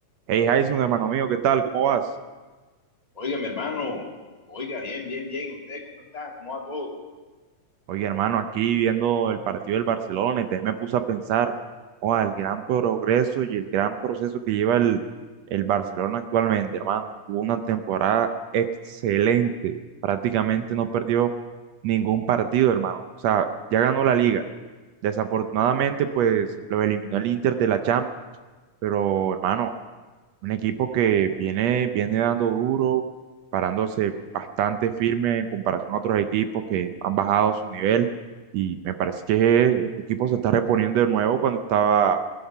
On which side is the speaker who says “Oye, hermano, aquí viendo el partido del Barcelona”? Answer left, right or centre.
Right